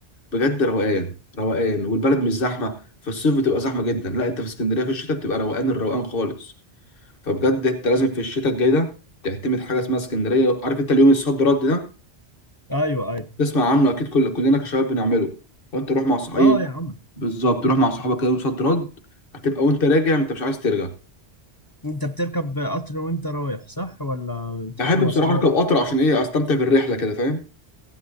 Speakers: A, on the left; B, on the left.
A: بجد روقان روقان والبلد مش زحمه في الصيف بتبقى زحمه جدا لا انت في اسكندريه في الشتاء بتبقى روقان الروقان خالص فبجد انت لازم في الشتاء الجاي ده تعتمد حاجه اسمها اسكندريه عارف انت اليوم الصد رد ده
B: ايوه ايوه
A: تسمع عنه اكيد كل كلنا كشباب بنعمله وانت روح مع صحابي
B: اه يا عم
A: بالظبط تروح مع صحابك كده يوم صد رد هتبقى وانت راجع انت مش عايز ترجع
B: انت بتركب قطر وانت رايح صح ولا بتروح
A: بحب
B: مواصلات
A: بصراحه اركب قطر عشان ايه استمتع بالرحله كده فاهم